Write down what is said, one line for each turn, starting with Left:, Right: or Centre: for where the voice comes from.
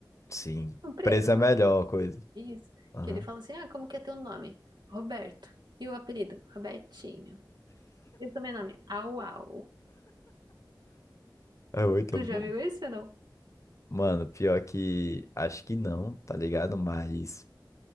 Left: Sim,
Right: Um preso,
Left: preço
Right: eu não
Left: é a melhor
Right: lembro.
Left: coisa.
Right: Isso.
Left: Aham.
Right: Que ele fala assim: Ah, como que é teu nome? Roberto. E o apelido? Robertinho. E o sobrenome? Au Au.
Left: É muito
Right: Tu já
Left: bom.
Right: viu esse ou não?
Left: Mano, pior que acho que não, tá ligado? Mas